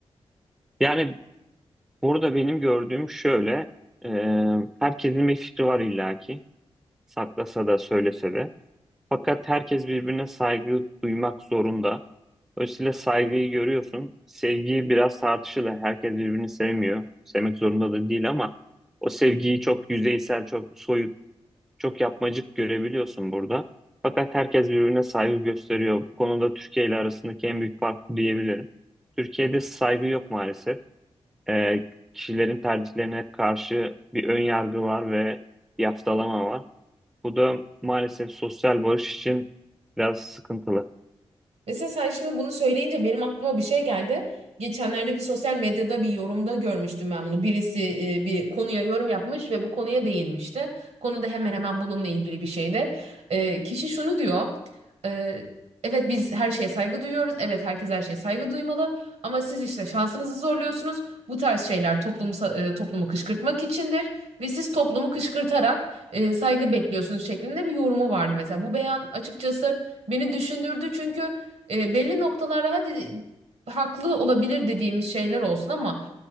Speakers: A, in the centre; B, on the right.
A: Yani Burada benim gördüğüm şöyle, e, herkesin bir fikri var illaki, saklasa da söylese de. Fakat herkes birbirine saygı duymak zorunda. Dolayısıyla saygıyı görüyorsun. Sevgiyi biraz tartışılır. Herkes birbirini sevmiyor. Sevmek zorunda da değil ama o sevgiyi çok yüzeysel, çok soyut, çok yapmacık görebiliyorsun burada. Fakat herkes birbirine saygı gösteriyor. Bu konuda Türkiye ile arasındaki en büyük fark bu diyebilirim. Türkiye'de saygı yok maalesef e, kişilerin tercihlerine karşı bir ön yargı var ve bir haftalama var. Bu da maalesef sosyal barış için biraz sıkıntılı.
B: Mesela sen şimdi bunu söyleyince benim aklıma bir şey geldi. Geçenlerde bir sosyal medyada bir yorumda görmüştüm ben bunu. Birisi e, bir konuya yorum yapmış ve bu konuya değinmişti. Konu da hemen hemen bununla ilgili bir şeydi. E, kişi şunu diyor. e, evet biz her şeye saygı duyuyoruz. Evet herkes her şeye saygı duymalı. Ama siz işte şansınızı zorluyorsunuz. Bu tarz şeyler toplum, toplumu kışkırtmak içindir. Ve siz toplumu kışkırtarak e, saygı bekliyorsunuz şeklinde bir yorumu vardı mesela. Bu beyan açıkçası beni düşündürdü çünkü e, belli noktalarda hadi haklı olabilir dediğimiz şeyler olsun ama